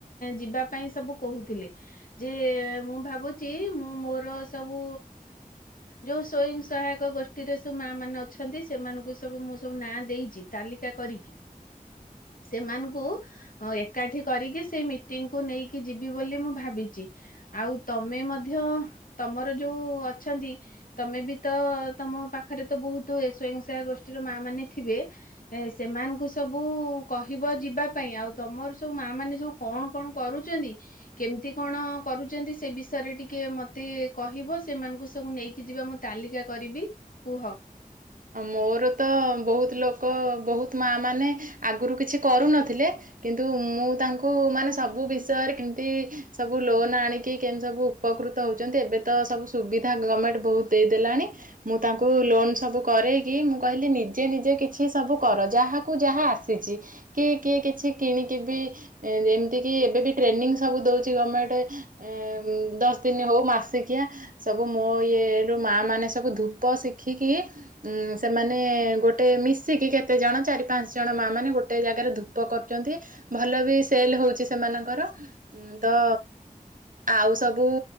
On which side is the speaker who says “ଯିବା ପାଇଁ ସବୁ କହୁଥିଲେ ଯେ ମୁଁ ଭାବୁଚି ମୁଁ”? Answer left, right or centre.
Left